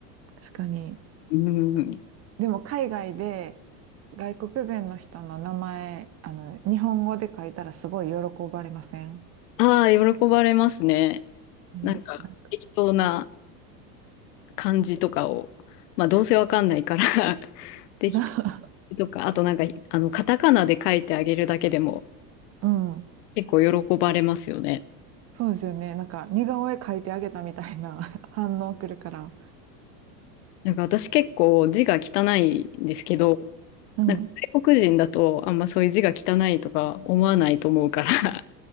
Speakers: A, on the right (about 30°); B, on the left (about 65°).
A: 確かに。
B: うーん、
A: でも海外で外国人の人の名前、あの、日本語で書いたらすごい喜ばれません
B: ああ、喜ばれますね。
A: ね。
B: なんか適当な
A: なんか、
B: 感じとかを、まあ、どうせわかんないから <laughs> 適
A: <laughs>
B: とか、あとなんか、あの、カタカナで書いてあげるだけでも
A: うん。
B: 結構喜ばれますよね。
A: そうですよね。なんか似顔絵描いてあげたみたいな <laughs> 反応くるから。
B: なんか私結構字が汚いんですけど、
A: うん。
B: なんか外国人だとあんまそういう字が汚いとか思わないと思うから